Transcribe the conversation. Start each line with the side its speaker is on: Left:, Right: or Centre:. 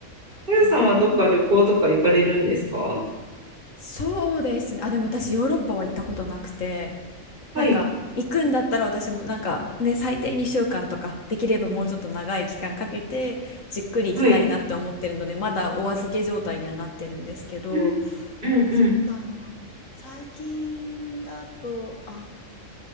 Right: あやさんはどっか旅行とか行かれるんですか
Left: なるほど。そうですね。あ、でも私、ヨーロッパは行ったことなくて、
Right: はい、
Left: なんか行くんだったら私もなんかね最低2週間とかできればもうちょっと長い期間かけてじっくり行きたいなって思ってるのでまだお預け状態にはなってるんですけど
Right: はい。うん、うん、うん。
Left: そうだな最近だとあ